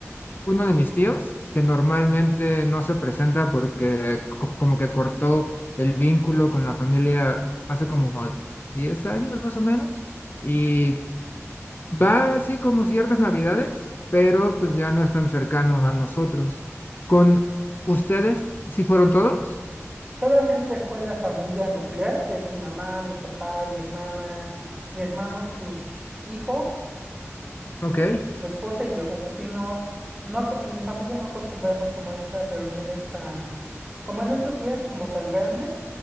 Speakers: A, on the left (about 40°); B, on the right (about 15°).
A: uno de mis tíos, que normalmente no se presenta porque co- como que cortó el vínculo con la familia hace como 10 años más o menos, y va así como ciertas navidades, pero pues ya no es tan cercano a nosotros. ¿Con ustedes si fueron todos?
B: solamente fue la familia nuclear, que es mi mamá, mi papá, mi hermana, mi hermano, sus hijos,
A: Ok,
B: y su esposa y yo. O sea, si no, no, co- en mi familia no acostumbramos como estas reuniones tan, como en esos días, como tan grandes.